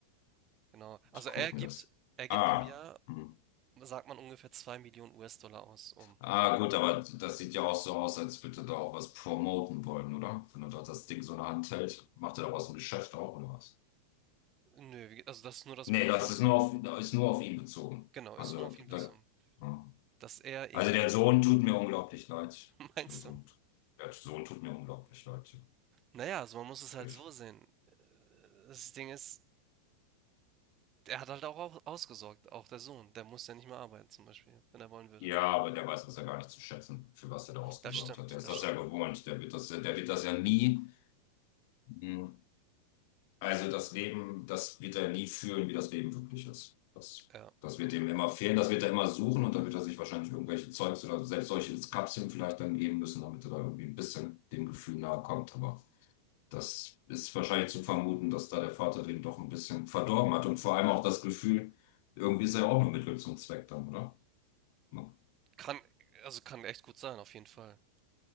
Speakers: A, on the right; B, on the left.
A: Genau. Also
B: Guck
A: er gibt,
B: mir das.
A: er gibt
B: Ah,
A: im Jahr,
B: hm.
A: sagt man, ungefähr 2 Millionen US-Dollar aus, um.
B: Ah, gut, aber das sieht ja auch so aus, als würde da auch was promoten wollen, oder? Wenn er da das Ding so in der Hand hält, macht er daraus ein Geschäft auch, oder was?
A: Nö, wie- also das ist nur das
B: Nee,
A: Blut
B: das
A: von
B: ist
A: seinem.
B: nur auf, ist nur auf ihn bezogen.
A: Genau,
B: Also,
A: ist nur auf
B: da,
A: ihn bezogen.
B: ja.
A: Dass er irgendwie
B: Also der Sohn tut mir unglaublich leid.
A: <laughs> meinst
B: Der Sohn,
A: du?
B: tu- der Sohn tut mir unglaublich leid. ja.
A: Naja, also man muss es
B: Wirklich.
A: halt so sehen. Äh, das Ding ist, der hat halt auch au ausgesorgt, auch der Sohn. Der muss ja nicht mehr arbeiten zum Beispiel, wenn er wollen würde.
B: Ja, aber der weiß das ja gar nicht zu schätzen, für was er da ausgesorgt
A: Das stimmt,
B: hat. Der ist
A: das
B: das
A: stimmt.
B: ja gewohnt. Der wird das, ja- der wird das ja nie Mhm. Also das Leben, das wird er nie fühlen, wie das Leben wirklich ist. Das,
A: Ja.
B: das wird ihm immer fehlen, das wird er immer suchen und dann wird er sich wahrscheinlich irgendwelche Zeugs oder selbst solche Kapseln vielleicht dann geben müssen, damit er da irgendwie ein bisschen dem Gefühl nahe kommt. Aber das ist wahrscheinlich zu vermuten, dass da der Vater den doch ein bisschen verdorben hat und vor allem auch das Gefühl, irgendwie ist er ja auch nur Mittel zum Zweck dann, oder? Ja,
A: Kann also kann echt gut sein, auf jeden Fall.